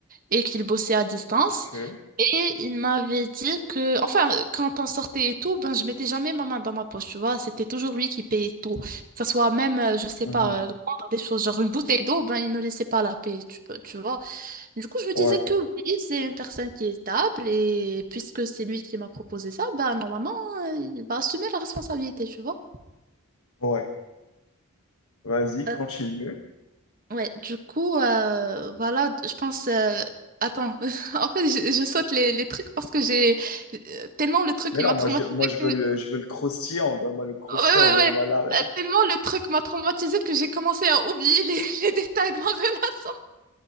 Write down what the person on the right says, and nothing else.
et qu'il bossait à distance.
Et il m'avait dit que, enfin, quand on sortait et tout, ben, je mettais jamais ma main dans ma poche, tu vois. C'était toujours lui qui payait tout. Que ce soit même, euh, je sais
pas, euh, prendre des choses, genre une bouteille d'eau, ben, il ne laissait pas la payer, tu, peux- tu vois. Du coup, je me
disais que oui, c'est une personne qui est stable et puisque c'est lui qui m'a proposé ça, bah normalement, euh, il va assumer la responsabilité, tu vois.
Euh, ouais, du coup, euh, voilà, je pense. euh, Attends, <laughs> en fait, je, je saute les, les trucs parce que j'ai euh, tellement le truc
il
m'a
traumatisé
que... Ouais,
ouais,
ouais.
Euh, tellement le truc m'a traumatisé que j'ai commencé à oublier les, <laughs> les détails de ma relation.